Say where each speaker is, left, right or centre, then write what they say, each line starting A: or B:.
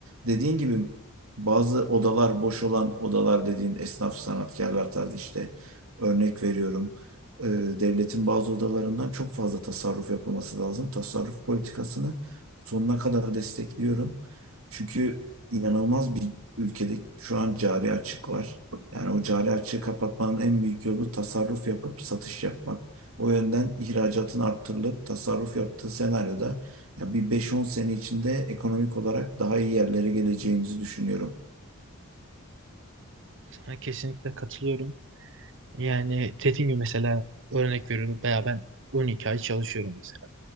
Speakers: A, on the right (about 75°); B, on the right (about 60°).
A: Dediğin gibi bazı odalar boş olan odalar dediğin esnaf sanatkarlar tarzı işte örnek veriyorum. Ee, Devletin bazı odalarından çok fazla tasarruf yapılması lazım. Tasarruf politikasını sonuna kadar destekliyorum. Çünkü inanılmaz bir ülkede şu an cari açık var. Yani o cari açığı kapatmanın en büyük yolu tasarruf yapıp satış yapmak. O yönden ihracatın arttırılıp tasarruf yaptığı senaryoda ya bir beş-on sene içinde ekonomik olarak daha iyi yerlere geleceğimizi düşünüyorum.
B: Sana kesinlikle katılıyorum. Yani dediğim gibi mesela örnek veriyorum veya ben 12 ay çalışıyorum mesela.